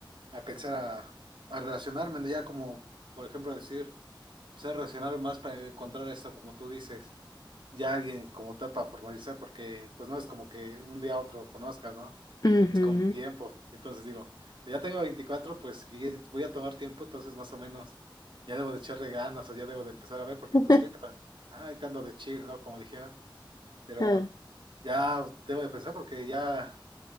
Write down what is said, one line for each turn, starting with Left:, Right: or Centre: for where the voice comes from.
Right: a pensar, a, a relacionarme, ¿no? ya como, por ejemplo, decir. se reaccionaron más para encontrar eso, como tú dices, ya alguien como tal para formalizar, porque pues no es como que un día a otro lo conozcas, ¿no?
Left: Ujú.
Right: Es con tiempo. Entonces digo, ya tengo 24 pues y voy a tomar tiempo, entonces más o menos ya debo de echarle ganas o ya debo de empezar a ver, porque
Left: <laughs>
Right: pues ahorita, ah, ahorita ando de chill, ¿no? Como dijeron, pero
Left: Ah,
Right: ya debo de pensar porque ya.